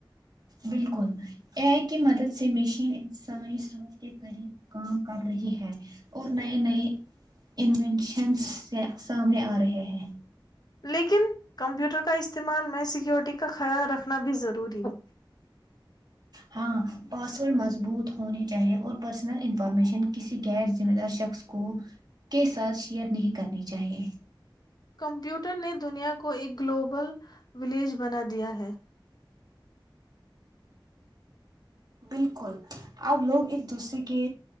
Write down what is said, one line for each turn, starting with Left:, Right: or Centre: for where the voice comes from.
Right: بالکل ا آئی کی مدد سے مشین انسانی سوچ کے قریب کام کر رہی ہے اور نئے نئے انوینشن سے سامنے آ رہے ہیں
Left: لیکن کمپیوٹر کا استعمال میں سیکیورٹی کا خیال رکھنا بھی ضروری ہے
Right: ہاں پاسورڈ مضبوط ہونے چاہیے اور پرسنل انفارمیشن کسی غیر ذمہ دار شخص کو کے ساتھ شیئر نہیں کرنی چاہیے
Left: کمپیوٹر نے دنیا کو ایک گلوبل ولیج بنا دیا ہے
Right: بالکل اب لوگ ایک دوسرے کے